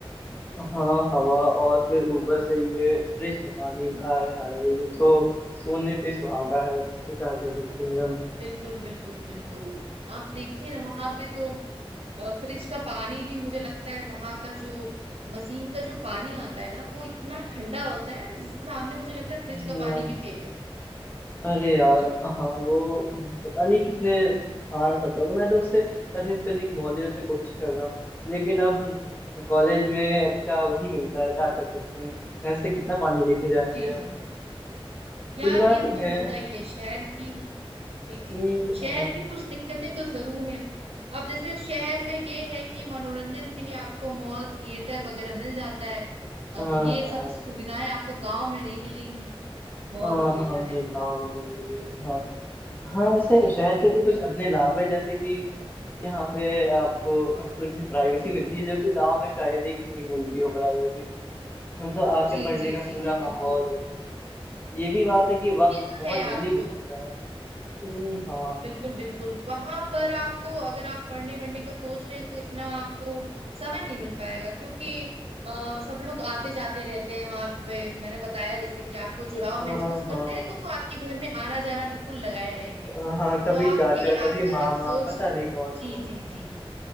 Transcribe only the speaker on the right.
बिल्कुल बिल्कुल बिल्कुल आप देखिए ना वहां पे तो अ, फ्रिज का पानी भी मुझे लगता है वहां का जो मशीन का जो पानी आता है ना वो इतना ठंडा होता है जिसके सामने मुझे लगता है फ्रिज
का पानी भी फेल है
जी जी
जी
जी यार
ये तो
होता ही है शहर की जी जी
शहर
की कुछ दिक्कतें तो जरूर हैं अब जैसे शहर में ये है कि मनोरंजन के लिए आपको मॉल थिएटर वगैरह मिल जाता है
अब ये
सब सुविधाएं आपको गांव में नहीं मिलेंगी मॉल
थिएटर
जैसी
जी
जी
जी
जी
जी
जी
बिल्कुल
ये तो
है
आपको
बिल्कुल बिल्कुल वहां पर आपको अगर आप पढ़ने वढ़ने का सोच रहे हैं तो इतना आपको समय नहीं मिल पाएगा क्योंकि आ, सब लोग आते जाते रहते हैं वहां पे मैंने बताया जैसे कि आपको जुड़ाव
महसूस
करते हैं तो वो आपके घर में आना जाना बिल्कुल लगाए रहेंगे
तो आप
ये
अगर
आप सोच
रहे-
जी
जी जी